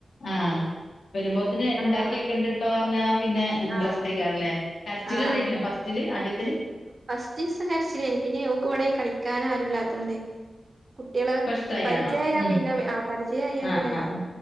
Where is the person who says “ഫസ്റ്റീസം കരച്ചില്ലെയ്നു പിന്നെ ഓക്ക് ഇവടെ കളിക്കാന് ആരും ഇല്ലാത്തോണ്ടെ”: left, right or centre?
Right